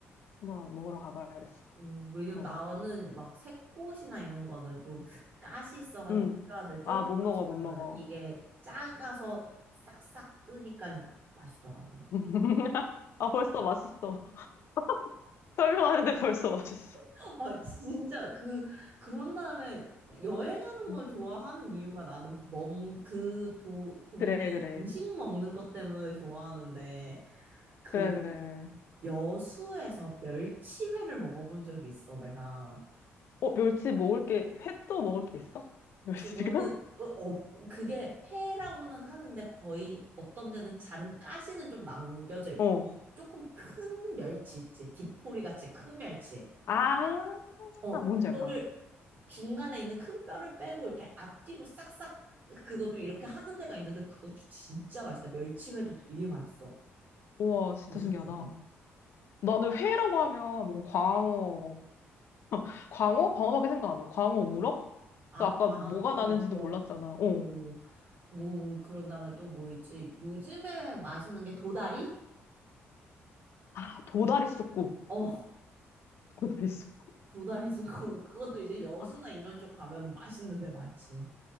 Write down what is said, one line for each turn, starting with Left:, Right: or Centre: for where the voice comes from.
Left: 한번 먹으러 가봐야겠어.
Right: 어, 왜냐면
Left: 응.
Right: 나는 막 새꽃이나 이런 거는 좀 가시 있어가지고
Left: 응.
Right: 필요한데 쫄보
Left: 아, 못 먹어,
Right: 같은
Left: 못 먹어.
Right: 경우는 이게 작아서 싹싹 뜨니까 맛있더라고.
Left: <laughs> 아, 벌써 맛있어. <laughs> 설명하는데 벌써 맛있어.
Right: <laughs> 아, 진짜 그 그런 다음에 여행하는
Left: 응.
Right: 걸 좋아하는 이유가 나는 멍 그 도 동네
Left: 그래, 그래.
Right: 음식 먹는 것 때문에 좋아하는데 그
Left: 그래, 그래. 그래.
Right: 여수에서 멸치회를 먹어본 적이 있어 내가
Left: 어, 멸치 먹을 게, 횟도 먹을 게 있어? 멸치가?
Right: 그거는 어, 어, 그게 회라고는 하는데 거의 어떤 데는 잔 가시는 좀 남겨져 있고
Left: <laughs> 어.
Right: 조금 큰 멸치 있지 디포리 같이 큰 멸치
Left: 아,
Right: 어,
Left: 뭔지
Right: 그거를
Left: 알 것 같아.
Right: 중간에 있는 큰 뼈를 빼고 이렇게 앞뒤로 싹싹 그것도 이렇게 하는 데가 있는데 그것도 진짜 맛있다. 멸치회도 되게 맛있어.
Left: 우와, 진짜
Right: 고수
Left: 신기하다.
Right: 쪽에.
Left: 나는 회라고 하면 뭐 광어, <laughs> 광어? 광어밖에 생각 안 나. 광어 우럭?
Right: 아,
Left: 또 아까
Right: 광어,
Left: 뭐가 나는지도
Right: 우럭,
Left: 몰랐잖아. 어.
Right: 뭐, 뭐 그런 다음에 또 뭐 있지? 요즘에 맛있는 게 도다리?
Left: 아, 도다리 쑥국.
Right: 어,
Left: 도다리 쑥국.
Right: 도다리 도고 <laughs> 그것도 이제 여수나
Left: 아,
Right: 이런 쪽 가면 맛있는 데 많지.